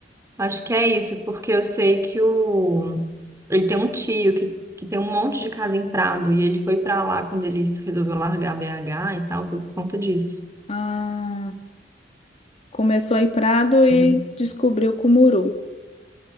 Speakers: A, on the right; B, on the left.
A: Acho que é isso, porque eu sei que o ele tem um tio que, que tem um monte de casa em Prado e ele foi para lá quando ele resolveu largar BH e tal, foi por conta disso.
B: Ah, começou em Prado e
A: Uhum.
B: descobriu Cumuru.